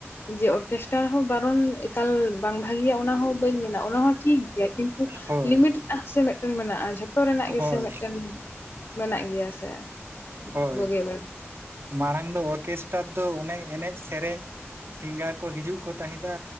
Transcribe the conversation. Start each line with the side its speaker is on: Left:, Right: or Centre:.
Left: ᱡᱮ ᱚᱨᱠᱮᱥᱴᱟᱨ ᱦᱚᱸ ᱵᱟᱨᱚᱱ ᱮᱠᱟᱞ ᱵᱟᱝ ᱵᱷᱟᱜᱤᱭᱟ ᱚᱱᱟ ᱦᱚᱸ ᱵᱟᱹᱧ ᱢᱮᱱᱟ ᱚᱱᱟ ᱦᱚᱸ ᱴᱷᱤᱠ ᱜᱮᱭᱟ ᱠᱤᱱᱛᱩ
Right: ᱦᱳᱭ
Left: ᱞᱤᱢᱤᱴ ᱨᱮᱱᱟᱜ ᱦᱚᱸᱥᱮ ᱢᱤᱫᱴᱮᱱ ᱢᱮᱱᱟᱜᱼᱟ ᱡᱷᱚᱛᱚ ᱨᱮᱱᱟᱜ ᱜᱮᱥᱮ
Right: ᱦᱳᱭ
Left: ᱢᱮᱫᱴᱮᱱ ᱢᱮᱱᱟᱜ ᱜᱮᱭᱟ ᱥᱮ
Right: ᱦᱳᱭ
Left: ᱵᱩᱜᱤ ᱵᱟᱹᱲᱤᱜ,
Right: ᱢᱟᱲᱟᱝ ᱫᱚ ᱚᱨᱠᱮᱥᱴᱟᱨ ᱫᱚ ᱚᱱᱮ ᱮᱱᱮᱡ ᱥᱮᱨᱮᱧ, ᱥᱤᱝᱜᱟᱨ ᱠᱚ ᱦᱤᱡᱩᱜ ᱠᱚ ᱛᱟᱦᱮᱸᱫᱟ